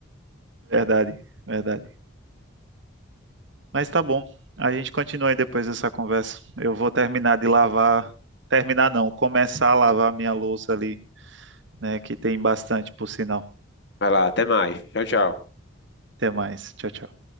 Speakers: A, on the right (about 60°); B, on the left (about 55°).
A: verdade, verdade. Mas tá bom, a gente continua aí depois dessa conversa. Eu vou terminar de lavar, terminar não, começar a lavar minha louça ali, né, que tem bastante, por sinal.
B: Vai lá, até mais. Tchau, tchau.
A: Até mais, tchau, tchau.